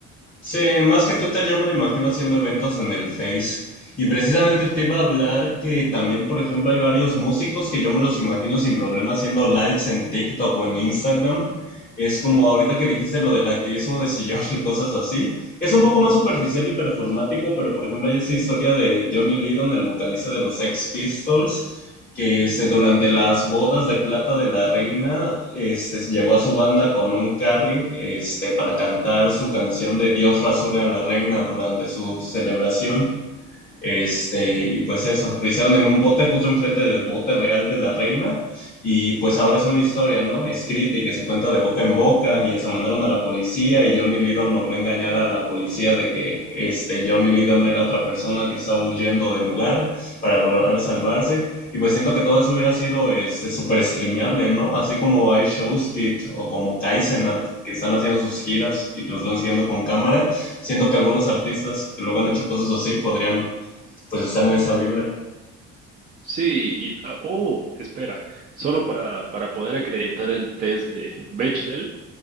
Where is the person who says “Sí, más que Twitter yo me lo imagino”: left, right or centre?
Left